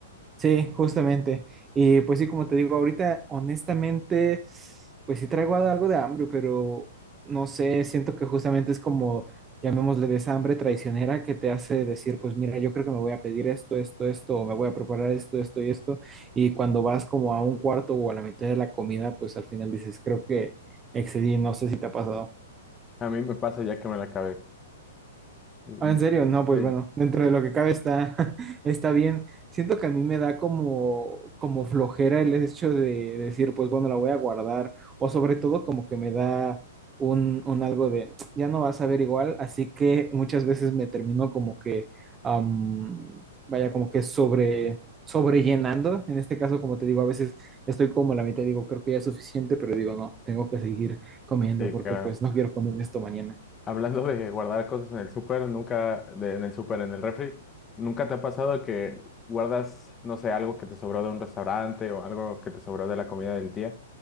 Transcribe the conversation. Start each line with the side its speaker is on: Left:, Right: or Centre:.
Right: sí, justamente. Y pues sí, como te digo, ahorita honestamente, pues sí traigo algo de hambre, pero no sé, siento que justamente es como, llamémosle de esa hambre traicionera que te hace decir, pues mira, yo creo que me voy a pedir esto, esto, esto, o me voy a preparar esto, esto y esto. Y cuando vas como a un cuarto o a la mitad de la comida, pues al final dices, creo que excedí, no sé si te ha pasado.
Left: A mí me pasa ya que me la acabé. Mm,
Right: Ah, ¿en serio? No, pues
Left: Sí,
Right: bueno, dentro de lo que cabe está, <laughs> está bien. Siento que a mí me da como, como flojera el hecho de decir, pues bueno, la voy a guardar, o sobre todo como que me da un, un algo de, <tsk> ya no vas a ver igual, así que muchas veces me termino como que, am, vaya, como que sobre, sobrellenando. En este caso, como te digo, a veces estoy como a la mitad, digo, creo que ya es suficiente, pero digo, no, tengo que seguir comiendo
Left: sí,
Right: porque
Left: claro.
Right: pues no quiero comer esto mañana.
Left: Hablando de guardar cosas en el súper, nunca, de- en el súper, en el refri, ¿nunca te ha pasado que guardas, no sé, algo que te sobró de un restaurante o algo que te sobró de la comida del día